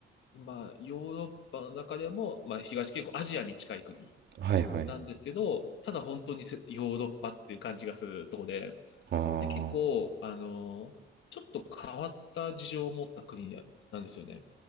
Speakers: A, on the left; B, on the right.
A: あ、まあ、ヨーロッパの中でも、まあ、東結構アジアに近い国
B: はいはい
A: なんですけど、ただ本当にせヨーロッパっていう感じがするとこで、
B: あ
A: で、結構、
B: あ、
A: あの、ちょっと変わった事情を持った国なんですよね。